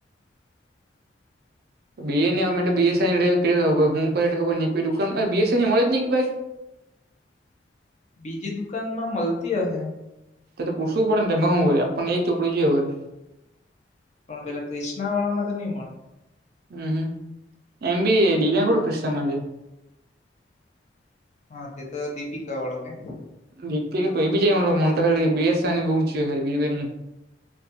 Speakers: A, on the right; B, on the left.
A: બ એસઈ હું બ ન કો દુકાનસઈ મળે જ નઈ ભાઈ?
B: બીજી દુકાન માં મલતી હહે.
A: તો પુસુું પડે ને એમાં હું વરે આપણ ને એક ચોપડી જોએ વરે
B: પણ પેલા ક્રિષ્નાવાળામાં તો ની મળે.
A: હમ્મ હમ્મ એમ. બી. એ. દિવ્યા કો <unintelligible> માટે
B: હા તે તો દીપિકા વાળો કે
A: બી કે કોઈબી જે મોન્ટા બી. એસ. આર. બી બુક જોએ ખાલી બીજું કાય ની